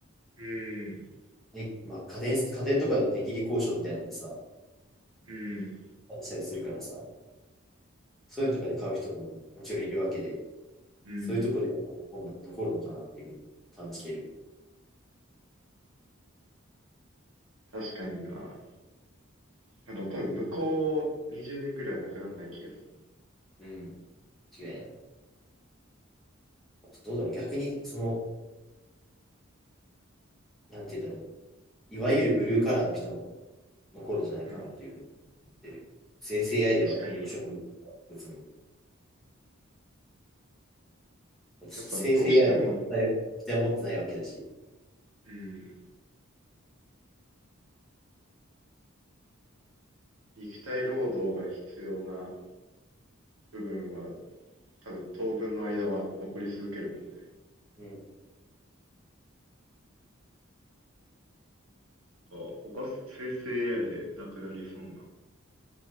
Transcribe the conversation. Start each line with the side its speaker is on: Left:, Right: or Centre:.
Right: うーん、う
Centre: ね、まあ家電、家電とかでも値切り交渉みたいなのでさ、
Right: ーん、
Centre: したりするからさ、そういうのとかで買う人ももちろんいるわけで、
Right: うん、
Centre: そういうとこで残るのかなっていうふうに感じてる。
Right: 確かにな。あの、多分向こう20年ぐらいはなくならない気がする。
Centre: うん、違いない。どうだろう、逆に、その、なんていうんだろう、いわゆるブルーカラーの人も残るんじゃないかなっていうふうに言ってる。
Right: うん、
Centre: 生成 AI ではどうしようもない
Right: 確かにね。
Centre: 別に。生成
Right: やっぱどうしても、
Centre: AI は期待持ってないわけだし、
Right: うん、肉体労働が必要な部分は、多分当分の間は残り続けるもんね。
Centre: うん、
Right: なんか他生成 AI でなくなりそうな